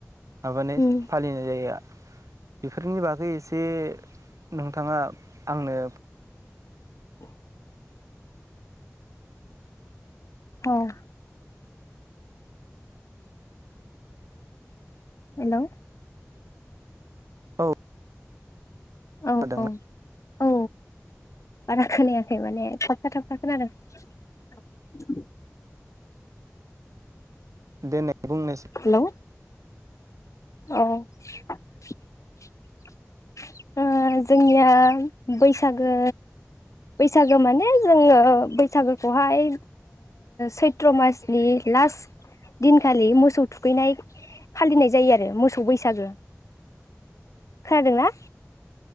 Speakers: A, on the right; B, on the left.
A: माबानाय
B: उम
A: फालिनाय जायो बेफोरनि बागै एसे नोंथाङा आंनो
B: <inaudible> औ हेलौ
A: औ <unintelligible>
B: औ औ औ बारा खोनायाखै माने थाबथा थाबथा खोनादों
A: दे नाइ बुंनोसा
B: हेलौ औ <unintelligible> ओ जोंनिया बैसागो बैसागो माने जोङो बैसागोखौहाय सैथ्र' मासनि लास्ट दिनखालि मोसौ थुखैनाय फालिनाय जायो आरो मोसौ बैसागो खोनादोंना?